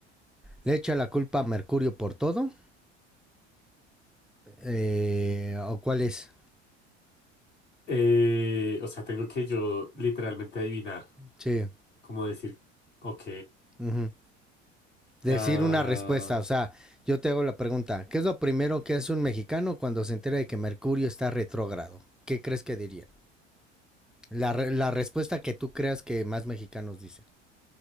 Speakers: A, in the centre; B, on the left.
A: ¿le echa la culpa a Mercurio por todo? Eh, ¿O cuál es?
B: Eh, o sea, tengo que yo literalmente adivinar.
A: Sí.
B: Como decir, ok.
A: ujú. Decir
B: Ah,
A: una respuesta, o sea, yo te hago la pregunta, ¿qué es lo primero que hace un mexicano cuando se entera de que Mercurio está retrógrado? ¿Qué crees que diría? La, re- la respuesta que tú creas que más mexicanos dicen.